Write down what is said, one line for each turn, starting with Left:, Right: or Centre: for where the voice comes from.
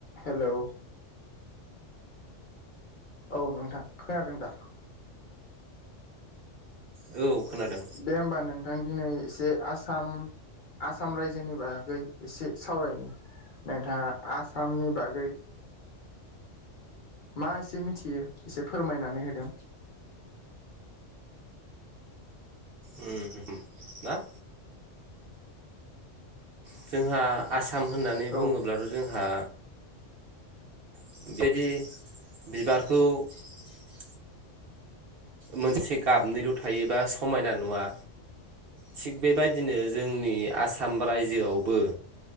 Left: Hello औ नोंथां खोनादों दा
Right: औ खोनादों
Left: दे होमबा नों थां दिनै एसे आसाम आसाम रायजोनि बागै एसे सावरायनि नोंथाङा आसामनि बागै मा एसे मिथियो एसे फोरमायनानै होदो
Right: उम ना जोंहा आसाम म होननानै
Left: औ
Right: बुङोब्लाथ' जोंहा <inaudible> मोनसे गाबनैल' थायोबा समायना नुवा थिग बेबायदिनो जोंनि आसाम रायजोआवबो